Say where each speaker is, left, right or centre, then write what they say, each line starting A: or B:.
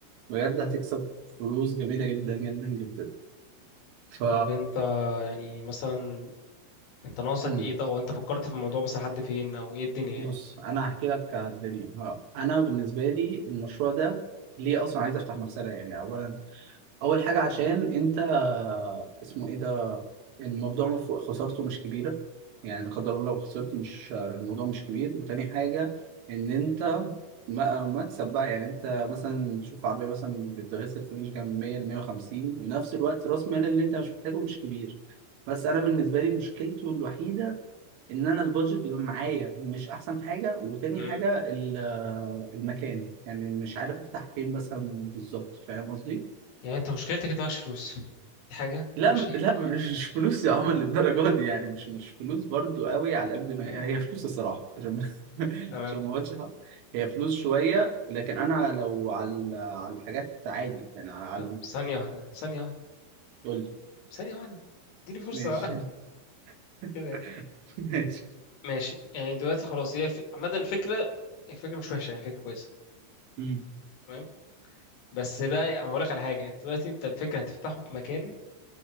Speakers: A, on the right; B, on the left.
A: بجد هتكسب فلوس جميلة جدا جدا جدا ف
B: طب انت يعني مثلا انت ناقصك
A: مم.
B: ايه طب وانت فكرت في الموضوع مثلا حد فين او ايه الدنيا
A: بص
B: يعني
A: انا هحكي لك على الدنيا اه. انا بالنسبة لي المشروع ده ليه اصلا عايز افتح مغسلة يعني اولا اول حاجة عشان انت اسمه ايه ده الموضوع مف- خسارته مش كبيرة يعني لا قدر الله لو خسرت مش الموضوع مش كبير وتاني حاجة إن أنت ما- مكسب بقى يعني أنت مثلا شوف عربية مثلا بتغسل في رينج كام 100 ل 150 ونفس الوقت رأس مال اللي أنت مش محتاجه مش كبير بس أنا بالنسبة لي مشكلته الوحيدة إن أنا البادجت بيبقى معايا مش أحسن حاجة وتاني
B: امم
A: حاجة ال- المكان يعني مش عارف أفتح فين مثلا بالظبط فاهم قصدي؟
B: يعني انت مشكلتك انت معكش فلوس دي حاجة
A: لا
B: ماشي
A: م- لا مش فلوس يا عمر للدرجه دي يعني مش مش فلوس برضو قوي على قد ما
B: أهو.
A: هي هي فلوس الصراحه عشان <laughs>
B: تمام
A: عشان ما اقولش حق. هي فلوس شويه لكن انا لو على على الحاجات عادي يعني على
B: طب ثانية واحدة ثانية واحدة
A: قول لي.
B: ثانية واحدة اديني فرصة
A: ماشي
B: <laughs>
A: <laughs>
B: كده يعني
A: ماشي
B: ماشي يعني دلوقتي خلاص هي الف- عامة الفكرة الفكرة مش وحشة يعني فكرة كويسة
A: مم.
B: تمام بس بقى هقول لك على حاجه انت دلوقتي انت الفكره هتفتحه في مكان